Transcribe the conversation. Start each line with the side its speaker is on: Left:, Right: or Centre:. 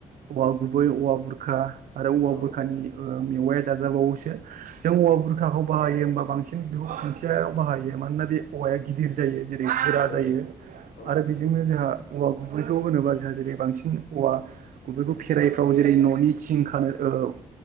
Right: औवा गुबै औवा बुरखा आरो औवा
Left: औ
Right: बुरखानि मेवाइया जाजाबावोसो जों औवा बुरखाखौ बाहायो होनबा बांसिन खुन्थियायाव बाहायो मानोना बे औवाया गिदिर जायो जेरै गोरा
Left: औ
Right: जायो
Left: औ
Right: आरो
Left: नंगौ
Right: बेजोंनो जोंहा औवा गुबैखौ होनोबा जोंहा जेरै बांसिन औवा गुबैखौ फेराइफ्राव जेरै न'नि थिं खानो औ